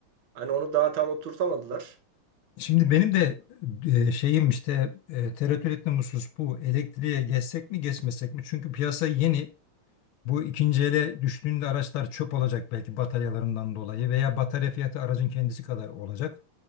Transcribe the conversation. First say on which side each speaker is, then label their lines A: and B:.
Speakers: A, on the right; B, on the left.
A: Hani onu daha tam oturtamadılar.
B: Şimdi benim de e, şeyim işte e, tereddüt ettiğim husus bu. Elektriğe geçsek mi geçmesek mi? Çünkü piyasa yeni. Bu ikinci ele düştüğünde araçlar çöp olacak belki bataryalarından dolayı veya batarya fiyatı aracın kendisi kadar olacak.